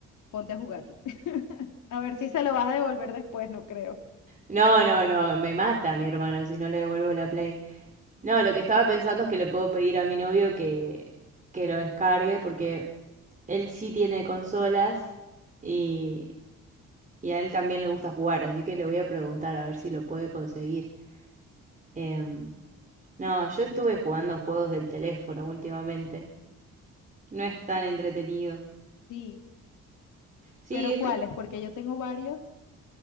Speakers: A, on the left; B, on the right.
A: ponte a jugarlo. <laughs> A ver si se lo vas a devolver después, no creo.
B: no, no, no, me mata mi hermano si no le devuelvo la Play. No, lo que estaba pensando es que le puedo pedir a mi novio que, que lo descargue porque él sí tiene consolas y Y a él también le gusta jugar, así que le voy a preguntar a ver si lo puede conseguir. Em,
A: Buenísimo.
B: no, yo estuve jugando juegos del teléfono últimamente. No es tan entretenido.
A: Sí,
B: Sí,
A: pero
B: estu-
A: ¿cuáles? Porque yo tengo varios